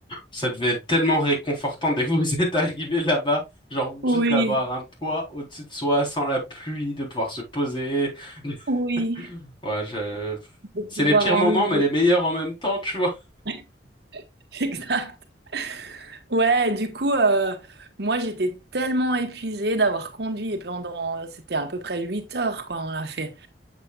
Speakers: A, on the left; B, on the right.
A: Ça devait être tellement réconfortant dès que vous êtes arrivé là-bas. Genre,
B: Oui,
A: juste d'avoir un toit au-dessus de soi, sans la pluie, de pouvoir se poser. <laughs>
B: oui,
A: Ouais, je...
B: de
A: C'est
B: pouvoir
A: les pires
B: enlever.
A: moments, mais les meilleurs en même temps, tu vois.
B: <laughs> Exact. Ouais, du coup, euh, moi j'étais tellement épuisée d'avoir conduit et pendant, c'était à peu près 8 heures quoi, on l'a fait.